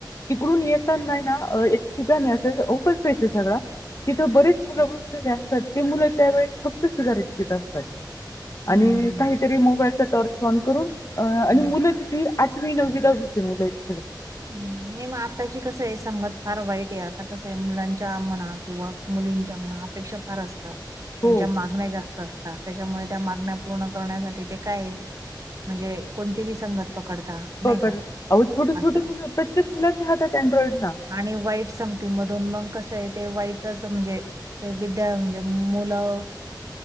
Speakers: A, on the left; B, on the right.
A: तिकडून येताना आहेना एक ठिकाणी आहे असं ओपन स्पेस आहे सगळा तिथं बरेच मुलं बसलेली असतात ते मुलं त्यावेेळेस फक्त सिगारेट पीत असतात.
B: हम्म
A: आणि
B: हम्म
A: काहीतरी मोबाईलचा टॉर्च ऑन करून आणि
B: हम्म.
A: मुलं किती आठ ठवी नवी दहावी चे मूला आहेत ते.
B: हम्म नाही मग आत्ताची कसं आहे सांगत फार वाईट आहे आता कसं आहे मुलांच्या म्हणा किंवा मुलींच्या म्हणा अपेक्षा फार असतात. त्यांच्या
A: हो
B: मागण्या जास्त असतात त्याच्यामुळे त्या मागण्या पूर्ण करण्यासाठी ते काय म्हणजे कोणती बी संगत पकडता.
A: पकड
B: नाही का
A: अहो छोटे,
B: असं
A: छोटे मुलं प्रत्येक मुलाच्या हातात अँड्रॉइड ना.
B: आणि वाईट सांगती मधून मग कसं आहे ते वाईटच म्हणजे <unintelligible>